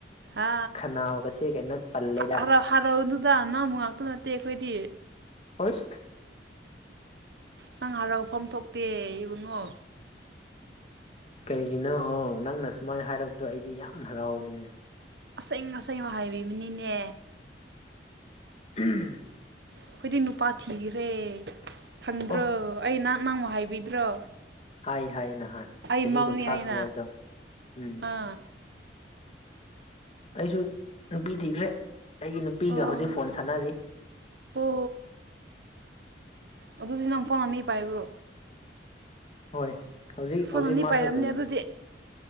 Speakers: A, on the right; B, on the left.
A: ꯑ
B: ꯈꯅꯥꯎꯒꯁꯦ ꯀꯩꯅꯣ ꯄꯜꯂꯦꯗ
A: ꯍꯔꯥꯎ ꯍꯔꯥꯎꯗꯨꯗ ꯅ ꯑꯃ ꯉꯥꯛꯇ ꯅꯠꯇꯦ ꯐꯗꯤ
B: <inaudible>
A: ꯅꯪ ꯍꯔꯥꯎꯐꯝ ꯊꯣꯛꯇꯦ ꯏꯕꯨꯡꯉꯣ
B: ꯀꯩꯒꯤꯅꯣ ꯅꯪꯅ ꯁꯨꯃꯥꯏꯅ ꯍꯥꯏꯔꯛꯄꯗꯣ ꯑꯩꯗꯤ ꯌꯥꯝ ꯍꯔꯥꯎꯅꯤꯅꯦ
A: ꯑꯁꯪ ꯑꯁꯪꯕ ꯍꯥꯏꯕꯤꯕꯅꯤꯅꯦ
B: ꯎꯝ
A: ꯑꯩꯈꯣꯏꯗꯤ ꯅꯨꯄꯥ ꯊꯤꯈ꯭ꯔꯦ ꯈꯪꯗ꯭ꯔꯣ
B: ꯑꯣ
A: ꯑꯩ ꯅꯍꯥꯛ ꯅꯍꯪꯨ ꯍꯥꯏꯕꯤꯗ꯭ꯔꯣ
B: ꯍꯥꯏ ꯍꯥꯏꯌꯦ ꯅꯍꯥꯟ
A: ꯑꯩ
B: ꯆꯍꯤ
A: ꯃꯧꯅꯤ
B: ꯀꯨꯟꯊ꯭ꯔꯥ
A: ꯍꯥꯏꯅ
B: ꯁꯨꯔꯦ ꯍꯥꯏꯕꯗꯣ ꯎꯝ
A: ꯑꯥ
B: ꯑꯩꯁꯨ ꯅꯨꯄꯤ ꯊꯤꯈ꯭ꯔꯦ ꯑꯩꯒꯤ ꯅꯨꯄꯤꯒ
A: ꯑꯣ
B: ꯍꯧꯖꯤꯛ ꯐꯣꯟ ꯁꯥꯟꯅꯔꯤ
A: ꯑꯣ ꯑꯗꯨꯗꯤ ꯅꯪ ꯐꯣꯟ ꯑꯅꯤ ꯄꯥꯏꯕ꯭ꯔꯣ
B: ꯍꯣꯏ ꯍꯧꯖꯤꯛ
A: ꯐꯣꯟ
B: ꯍꯧꯖꯤꯛ
A: ꯑꯅꯤ
B: ꯃꯥꯁꯨ
A: ꯄꯥꯏꯔꯝꯅꯦ
B: ꯑꯗꯨꯝ
A: ꯑꯗꯨꯗꯤ